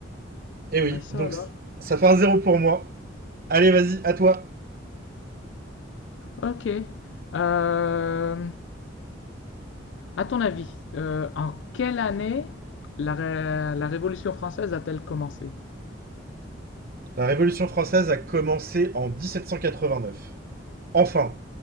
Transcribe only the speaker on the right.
eh oui,
donc
ça fait un zéro pour moi. Allez, vas-y, à toi.
La Révolution française a commencé en 1789. Enfin,